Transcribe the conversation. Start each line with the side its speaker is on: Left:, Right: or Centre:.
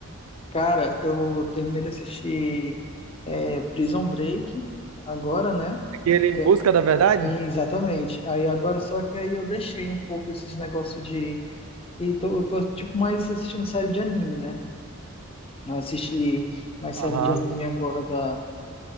Left: Cara, eu terminei de assistir é, Prison Break agora, né?
Right: Aquele Em
Left: Que
Right: Busca
Left: é-
Right: da Verdade?
Left: exatamente. Aí agora só que aí eu deixei um pouco esses negócios de. E tô, eu tô tipo mais assistindo série de anime, né? Não assisti mais
Right: Aham.
Left: série de anime agora da.